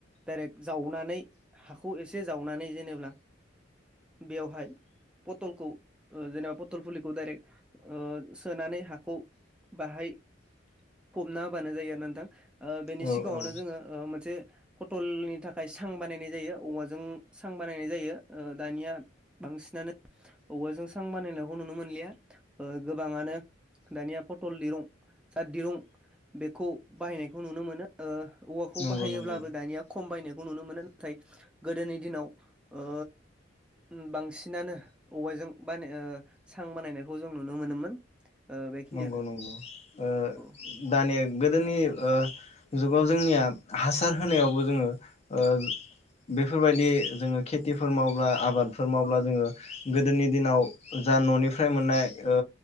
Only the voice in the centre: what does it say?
डाइरेक जावनानै हाखौ एसे जावनानै जेनेब्ला बेवहाय पथलखौ ओ जेनेबा पटल फुलिखौ डाइरेक ओ सोनानै हाखौ बाहाय फबना होबानो जायो आरो ना नोंथां ओ बेनि
सिगाङावनो
जोङो ओ मोनसे फटलनि थाखाय सां बानायनाय जायो औवाजों सां बानायनाय जायो ओ दानिया बांसिनानो औवाजों सां बानायनायखौ नुनो मोनलिया ओ गोबाङानो दानिया पटल दिरुं जा दिरुं बेखौ बाहायनायखौ नुनो मोनो ओ औवाखौ
बाहायोब्लाबो
दानिया खम बायना खौ नुनो मोनो नाथाय गोदोनि दिनाव ओ उम बांसिनानो औवाजों बानाय ओ सां बानायनायखौ जों नुनो मोनोमोन ओ बेखिनियानो
औ